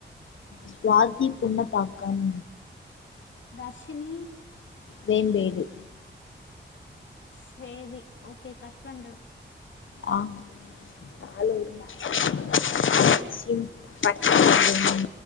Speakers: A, on the left; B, on the left.
A: சுவாதி புன்னப்பாக்கம்
B: தர்ஷினி
A: வேம்பேடு
B: சேரி ஓகே கட் பண்றோ
A: ஆ <inaudible> <unintelligible>
B: பாய்
A: பாய்